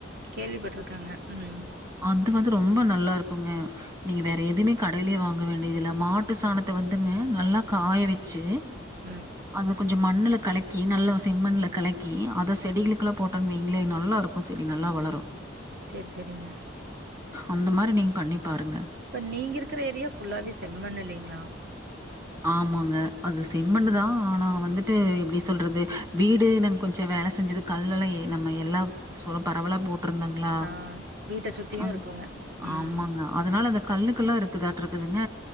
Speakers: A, on the right; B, on the right.
A: கேள்விபட்ருக்கங்க உம்
B: அது வந்து ரொம்ப நல்லா இருக்குங்க நீங்க வேற எதுவுமே கடையிலே வாங்க வேண்டியது இல்ல மாட்டு சாணத்த வந்துங்க நல்லா காய வெச்சு
A: உம்
B: அத கொஞ்சோ மண்ணுல கலக்கி நல்லா செம்மண்ணுல கலக்கி அத செடிகளுக்கெல்லா போட்டோனு வெயிங்களே நல்லா இருக்கு செடி நல்லா வளரு
A: சரி, சரிங்க.
B: அந்த மாரி நீங்க பண்ணி பாருங்க
A: இப்ப நீங்க இருக்குற ஏரியா புல்லாவே செம்மண்ணு இல்லைங் லா
B: ஆமாங்க அது செம்மண்ணுதா
A: ம்.
B: ஆனா வந்துட் ட்டு எப்டி சொல்றது வீடு நாங் கொஞ்சோ வேல செஞ்சது கல்லெல்லா எ நம்ம எல்லாப் சொ பரவலா போட் ட்ருந்தங்ளா
A: ஆ வீட்ட சுத்தியும்
B: ப்ச்
A: இருக்குங்க. ம்.
B: ஆமாங்க அதனால அந்த கல்லுக்கல்லா இருக்குதாட்ரு க்குதுங்க